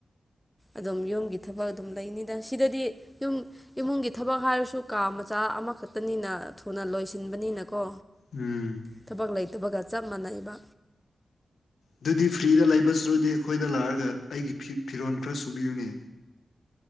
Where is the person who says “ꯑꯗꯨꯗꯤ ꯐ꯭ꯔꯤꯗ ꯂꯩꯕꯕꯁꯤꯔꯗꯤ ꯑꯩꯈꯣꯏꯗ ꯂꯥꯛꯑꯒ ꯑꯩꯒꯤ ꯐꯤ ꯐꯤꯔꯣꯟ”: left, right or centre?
Left